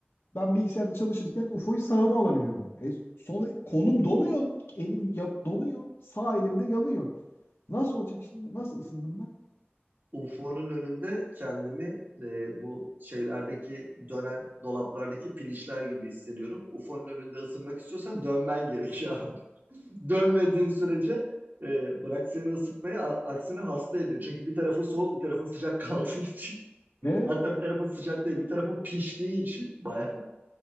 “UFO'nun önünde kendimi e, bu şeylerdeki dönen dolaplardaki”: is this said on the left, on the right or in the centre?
Right